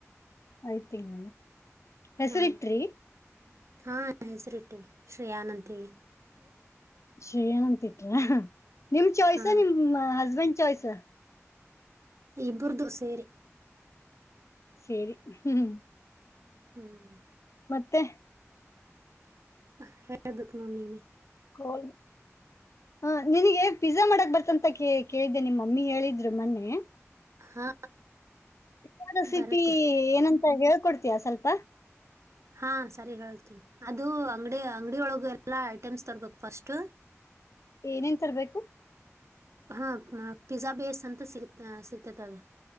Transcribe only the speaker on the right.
ಹಾ ಹಾ ಹೆಸರಿ ಇಟ್ಟೇವಿ ಶ್ರೇಯಾನ್ ಅಂತೇಳಿ
ಹಾ
ಇಬ್ರದು ಸೇರಿ
ಹ್ಮ್
ಹ ಹೇಳ್ಬೇಕು ನೀ
ಹಾ
ಬರತ್ತೆ
ಹಾ ಸರಿ ಹೇಳ್ತೇನಿ ಅದು ಅಂಗಡಿ ಅಂಗಡಿ ಒಳಗೆ ಎಲ್ಲ ಐಟಮ್ಸ್ ತರ್ಬೇಕು ಫಸ್ಟ
ಹಾ ಪಿಜ್ಜಾ ಬೇಸ್ ಅಂತ ಸಿ ಸಿಗ್ತೇತ ಅದ